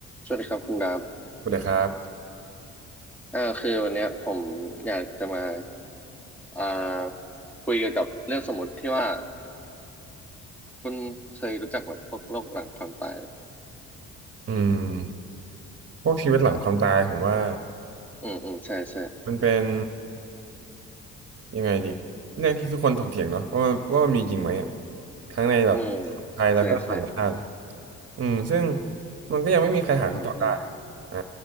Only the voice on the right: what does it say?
สวัสดีครับ
อืมพวกชีวิตหลังความตายผมว่า
มันเป็นยังไงดีเรื่องที่ทุกคนถกเถียงเนาะว่ามันว่ามันมีจริงไหมอะทั้งในแบบ
ไทยแล้วก็ต่างชาติ
อืมซึ่งมันก็ยังไม่มีใครหาคำตอบได้
อ่า